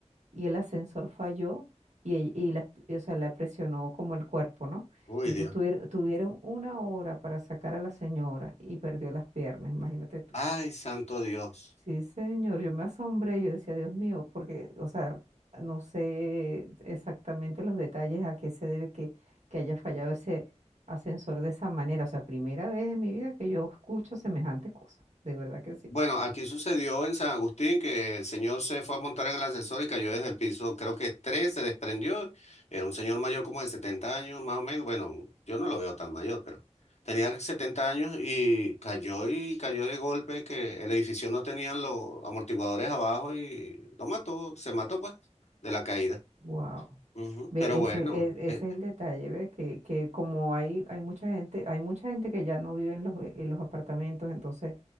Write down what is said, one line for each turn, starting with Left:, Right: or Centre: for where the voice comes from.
Right: y el ascensor falló y, ell- y la, y, o sea, la presionó como el cuerpo, ¿no?
Left: uy,
Right: Entonces
Left: Dios,
Right: tuvieron, tuvieron una hora para sacar a la señora y perdió las piernas, imagínate tú.
Left: ay, santo Dios.
Right: Sí, señor, yo me asombré, yo decía, Dios mío, porque, o sea, no sé exactamente los detalles a qué se debe que, que haya fallado ese ascensor de esa manera. O sea, primera vez en mi vida que yo escucho semejante cosa, de verdad que sí.
Left: Bueno, aquí sucedió en San Agustín que el señor se fue a montar en el ascensor y cayó desde el piso, creo que tres, se desprendió. Era un señor mayor como de 70 años, más o menos. Bueno, yo no lo veo tan mayor, pero tenía 70 años y cayó y cayó de golpe que el edificio no tenían los amortiguadores abajo y lo mató, se mató pues de la caída.
Right: Wow.
Left: Ujú,
Right: Ve,
Left: Pero bueno,
Right: ese, e-
Left: eh,
Right: ese es el detalle, ¿ves? Que, que como hay, hay mucha gente, hay mucha gente que ya no vive en los, en los apartamentos, entonces